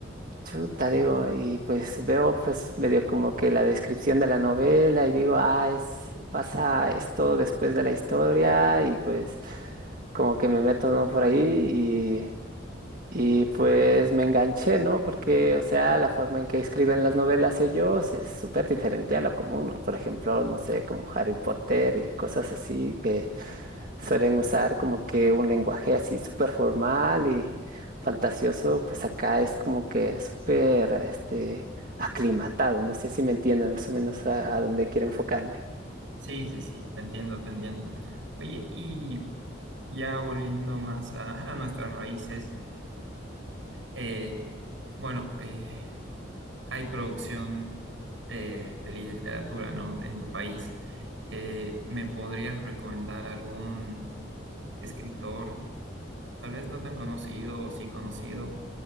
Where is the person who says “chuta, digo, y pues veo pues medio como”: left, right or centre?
Right